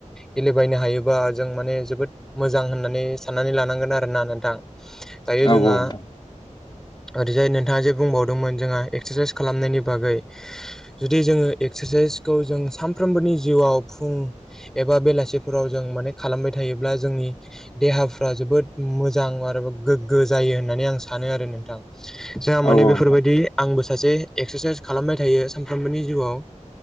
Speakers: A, in the centre; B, on the left.
A: गेलेबायनो हायोबा जों माने जोबोद मोजां होननानै साननानै लानांगोन आरोना नोंथां दायो
B: औ
A: जोंहा
B: नोंथां औ नोंथां औ नोंथां
A: ओरैजाय नोंथाङा जे बुंबावदोंमोन जोंहा एक्सारसाइस खालामनायनि बागै जुदि जोङो एक्सारसाइसखौ जों सानफ्रोमबोनि जिउआव फुं एबा बेलासिफोराव जों मे खालामबाय थायोब्ला जोंनि देहाफ्रा जोबोद मोजां आरो गोग्गो जायो होननानै आं सानो आरो नोंथां जोंहा माने
B: औ
A: बेफोरबायदि
B: नोंथां
A: आंबो सासे एक्सारसाइस खालामबाय थायो सानफ्रोमबोनि जिउआव